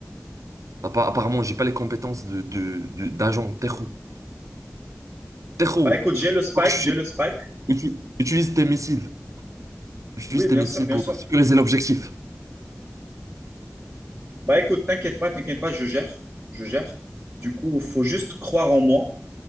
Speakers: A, on the right; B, on the right.
A: Appa- Apparemment, j'ai pas les compétences de, de, de- d'agent. Tejo. Tejo,
B: Bah, écoute, j'ai le spike,
A: faut que tu
B: j'ai le spike.
A: utu- utilises tes missiles. Utilise
B: Oui,
A: tes
B: bien
A: missiles
B: sûr, bien
A: pour
B: sûr.
A: sécuriser l'objectif.
B: Bah écoute, t'inquiète pas, t'inquiète pas, je gère, je gère. Du coup, faut juste croire en moi.